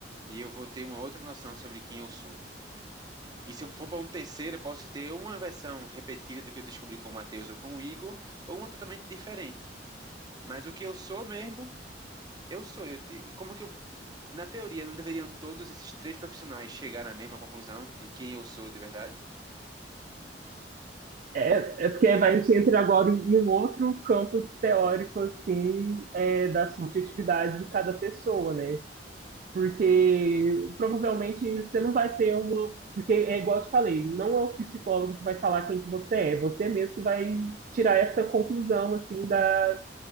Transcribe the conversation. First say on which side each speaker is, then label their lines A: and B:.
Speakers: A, on the right; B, on the right.
A: E eu vou ter uma outra noção sobre quem eu sou. E se eu for para um terceiro, eu posso ter uma versão repetida do que eu descobri com o Matheus ou com o Igor, ou uma totalmente diferente. Mas o que eu sou mesmo, eu sou. Eu, te- e como que eu. Na teoria, não deveriam todos esses três profissionais chegar na mesma conclusão de quem eu sou de verdade?
B: É, é porque vai, a gente entra agora em um outro campo teórico, assim, é, da subjetividade de cada pessoa, né? Porque provavelmente você não vai ter uma. Porque é igual eu te falei, não é o psicólogo que vai falar quem que você é, você mesmo que vai tirar essa conclusão, assim, da,